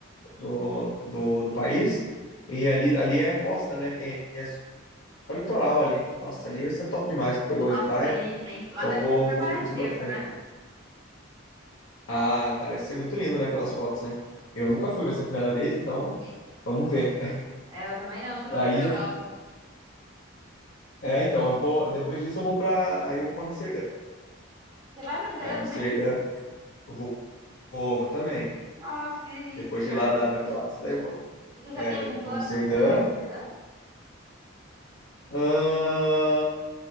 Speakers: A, on the left (about 75°); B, on the right (about 20°).
A: do, do, do país. E ali, ali é a costa, né? Tem é só litoral ali. Nossa, ali vai ser top demais, porque eu gosto
B: Nossa,
A: de praia.
B: que delícia, hein? Lá
A: Então
B: deve
A: vou,
B: ser super
A: vou
B: paradisíaco,
A: curtir bastante.
B: né?
A: Ah, parece ser muito lindo, né, pelas fotos, né? Eu nunca fui,
B: Nossa.
A: vai ser a primeira vez, então vamos ver.
B: É, eu também não, eu nunca
A: Aí,
B: fui pra
A: de-
B: Europa.
A: é, então, eu vou, depois disso eu vou para, aí eu vou para Amsterdã.
B: Você vai pra Amsterdã
A: Aí Amsterdã,
B: também?
A: eu vou, vou, vou também.
B: Nossa, que delícia!
A: Depois de lá da, da Croácia, daí eu vou,
B: E você já
A: é,
B: tem
A: daí
B: algum
A: eu vou
B: plano
A: para Amsterdã.
B: pra fazer lá em Amsterdã?
A: Ahn,